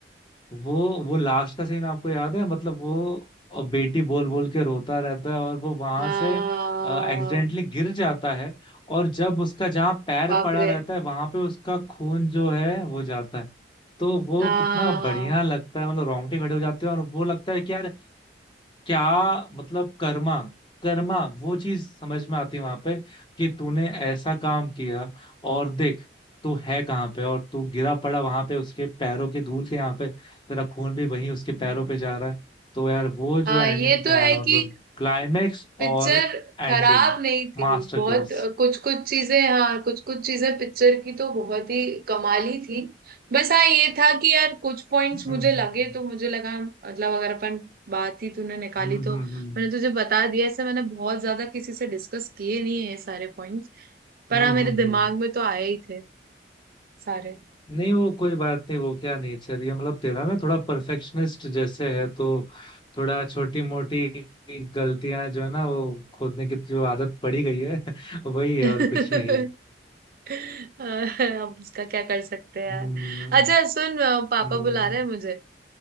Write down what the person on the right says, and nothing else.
हाँ
बाप
रे
हाँ
हाँ हाँ
हम्म।
हाँ
ये तो
है कि
पिक्चर
खराब नहीं थी
बहुत
कुछ कुछ चीजें हाँ कुछ कुछ चीजें पिक्चर की तो बहुत ही कमाली थी बस हाँ ये था कि यार कुछ पॉइंट्स
मुझे लगे तो मुझे लगा मतलब अगर अपन बात ही तूने निकाली
तो
मैंने तुझे बता दिया ऐसे मैंने बहुत ज्यादा किसी से डिस्कस किए नहीं है ये सारे पॉइंट्स पर
हाँ मेरे
दिमाग
में तो आए ही थे सारे
<laughs>
<laughs> अब उसका क्या कर सकते हैं यार
अच्छा सुन अ, पापा
बुला रहे हैं मुझे अ,